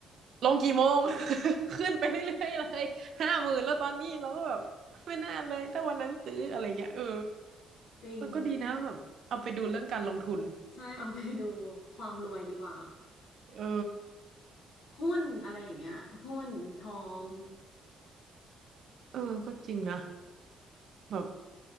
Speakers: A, on the right; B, on the left.
A: ลงกี่โมง <laughs> ขึ้นไปเรื่อยๆเลยห้าหมื่นแล้วตอนนี้เราก็แบบไม่น่าเลยถ้าวันนั้นซื้ออะไรเงี้ยเออ
B: จริง
A: มันก็ดีนะแบบเอาไปดูเรื่องการลงทุน
B: ใช่ เอาไปดูความรวยดีกว่า
A: เออ
B: หุ้นอะไรอย่างเงี้ยหุ้นทอง
A: เออก็จริงนะแบบ